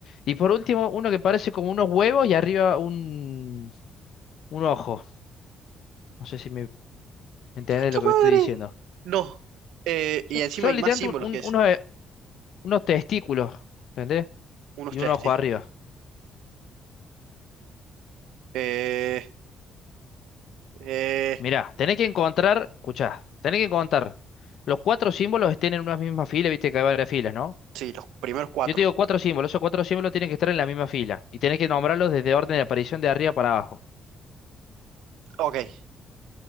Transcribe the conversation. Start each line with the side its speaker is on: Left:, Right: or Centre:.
Left: Y por último, uno que parece como unos huevos y arriba un, un ojo. No sé si me entendés
Right: ¡Puta
Left: lo que
Right: madre!
Left: me estoy diciendo.
Right: No. Eh, y
Left: Son,
Right: encima
Left: son
Right: hay
Left: literalmente
Right: más símbolos
Left: un-
Right: que
Left: un-
Right: ese.
Left: unos, eh, unos testículos, ¿entendés?
Right: Unos
Left: Y
Right: testículos.
Left: un ojo arriba.
Right: Eh, eh,
Left: Mirá, tenés que encontrar, escuchá, tenés que encontrar. Los cuatro símbolos estén en una misma fila, viste que hay varias filas, ¿no?
Right: sí, los primeros cuatro.
Left: Yo te digo cuatro símbolos, esos cuatro símbolos tienen que estar en la misma fila. Y tenés que nombrarlos desde orden de aparición de arriba para abajo.
Right: Ok.